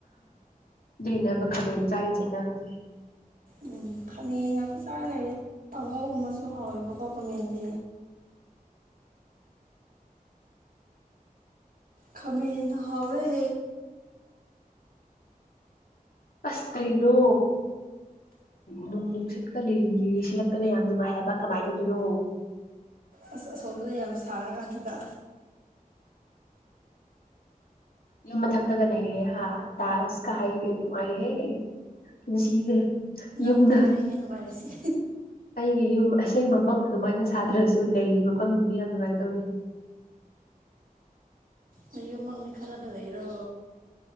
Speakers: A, on the left; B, on the right.
A: ꯑꯗꯨꯏꯅꯦꯕ ꯈꯥꯃꯦꯟ ꯆꯥꯔꯤꯁꯦ ꯅꯪ ꯍꯧꯖꯤꯛ
B: ꯑꯨꯝ ꯈꯥꯃꯦꯟ ꯉꯥꯛꯇ ꯆꯥ ꯂꯩꯔꯦ ꯀꯥꯡꯉꯧ ꯒꯨꯝꯕꯁꯨ ꯍꯥꯎꯋꯦꯕꯀꯣ ꯈꯃꯦꯟꯗꯤ꯫ ꯈꯥꯃꯦꯟꯅ ꯍꯥꯎꯔꯦ
A: ꯑꯁ ꯀꯔꯤꯅꯣ ꯅꯨꯡ ꯅꯨꯡꯁꯤꯠꯀ ꯂꯤꯔꯤ ꯂꯤꯔꯤ ꯁꯤꯠꯂꯛꯇꯅ ꯌꯥꯝ ꯅꯨꯡꯉꯥꯏ ꯍꯥꯏꯕ ꯀꯃꯥꯏꯟ ꯇꯧꯗꯣꯏꯅꯣ
B: ꯑꯁ ꯑꯁꯣꯝꯗ ꯌꯥꯝ ꯁꯥꯔꯀꯥꯟꯁꯤꯗ
A: ꯌꯨꯝ ꯃꯊꯛꯇꯒ ꯂꯩꯔꯦ ꯍꯥ ꯇꯥꯏꯜꯁ ꯀ ꯍꯩꯔꯦ ꯅꯨꯡꯉꯥꯏꯔꯦꯍꯦ ꯄꯨꯟꯁꯤꯁꯦ
B: ꯅꯪ
A: ꯌꯨꯝꯗ
B: ꯃꯉꯥꯏꯔꯦꯍꯦ ꯅꯨꯡꯉꯥꯏꯔꯤꯁꯦ
A: ꯑꯩꯒꯤ ꯌꯨꯝ ꯑꯁꯦꯡꯕꯃꯛ ꯑꯗꯨꯃꯥꯏꯅ ꯁꯥꯇ꯭ꯔꯁꯨ ꯂꯩꯔꯤ ꯃꯐꯝꯗꯨꯗꯤ ꯌꯥꯝ ꯅꯨꯡꯉꯥꯏꯗꯧꯔꯤ
B: ꯅ ꯌꯨꯝꯃꯛꯅꯤ ꯈꯜꯂꯒ ꯂꯩꯔꯣ